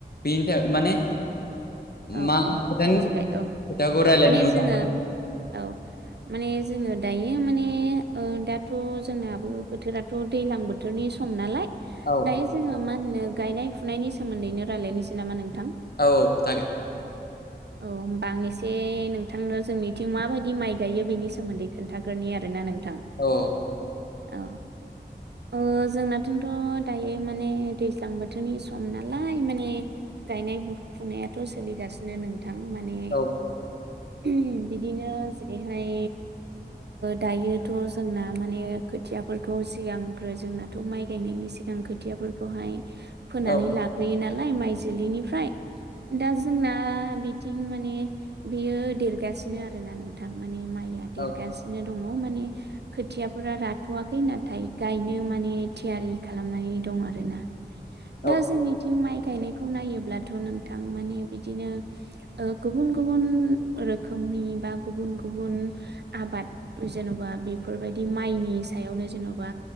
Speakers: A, on the left; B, on the right.
A: बेनि थाखाय माने
B: औ
A: मा
B: औ
A: खोथानि
B: बुजिबाय औ
A: खोथाखौ रायज्लायनो
B: माने
A: मोजांमोन
B: जोङो औ माने जोङो दायो माने दाथ' जोंनाबो बोथोरा थ' दैज्लां बोथोरनि सम नालाय,
A: औ
B: दायो जोङो मा होनो गायनाय फुनायनि सोमोन्दैनो रायज्लायनोसै नामा नोंथां!
A: औ जागोन। <inaudible>
B: औ होमब आं एसे नोंथांनो जोंनिथिं माबायदि माइ गायो बेनि सोमोन्दै खोन्थाग्रोनि आरोना नोंथां।
A: अ
B: औ ओ जोंनाथिंथ' दायो माने दैज्लां बोथोरनि सम नालाय माने गायनाय फुनायाथ' सोलिगासिनो नोंथां माने
A: औ
B: <unintelligible> बिदिनो जेरैहाय दायोथ' जोंना माने खोथियाफोरखौ सिगांग्रो जोंना दाथ' माइ गायनायनि सिगां खोथियाफोरखौहाय फोनानै
A: औ
B: लाग्रोयो नालाय माइ जिलिनिफ्राय। दा जोंना बिथिं माने बियो देरगासिनो आरोना नोंथां माने माइ मया देरगासिनो
A: औ औ
B: दङ, माने खोथियाफोरा राथ'वाखै नाथाय गायनो माने थियारि खालामनानै दं आरोना।
A: <inaudible>
B: दा जोंनिथिं माइ गायनायखौ नायोब्लाथ' नोंथां माने बिदिनो गुबुन गुबुन रोखोमनि बा गुबुन गुबुन आबाद जेन'बा बेफोरबायदि माइनि सायावनो जेन'बा